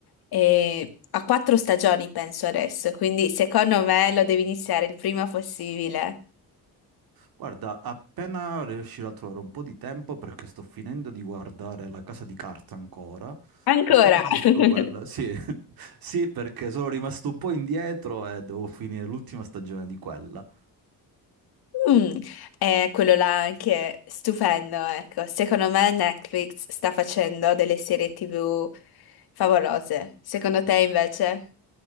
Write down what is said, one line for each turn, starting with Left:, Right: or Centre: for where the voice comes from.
Left: e ha quattro stagioni penso adesso, quindi secondo me lo devi iniziare il prima possibile.
Right: Guarda, appena riuscirò a trovare un po' di tempo, perché sto finendo di guardare La Casa di Carta ancora,
Left: Ancora!
Right: appena finisco
Left: <laughs>
Right: quella, sì, <laughs> sì, perché sono rimasto un po' indietro e devo finire l'ultima stagione di quella.
Left: Mm, è quello là anche stupendo, ecco. Secondo me Netflix sta facendo delle serie TV favolose. Secondo te invece?